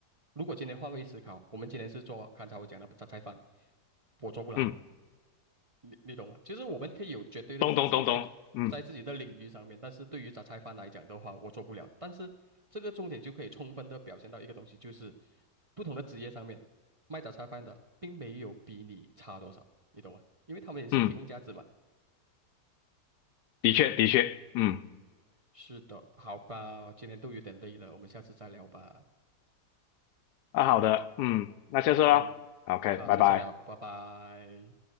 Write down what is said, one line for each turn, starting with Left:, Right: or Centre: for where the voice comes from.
Right: 如果今天换位思考，我们今天是做刚才我讲的榨菜饭，我做不来。
Left: 嗯。
Right: 你你懂吗？就是我们可以有绝对的自信在在自己的领域上面，
Left: 咚咚咚咚，嗯
Right: 但是对于杂菜饭来讲的话，我做不了。但是这个重点就可以充分的表现到一个东西，就是不同的职业上面卖杂菜饭的并没有比你差多少，你懂吗？因为他们也是提供价值嘛。
Left: 嗯，的确的确，嗯，
Right: 是的，好吧，今天都有点累了，我们下次再聊吧。
Left: 啊，好的，嗯，那下次啦，OK，
Right: 嗯，好，
Left: 拜拜。
Right: 下次聊，拜拜。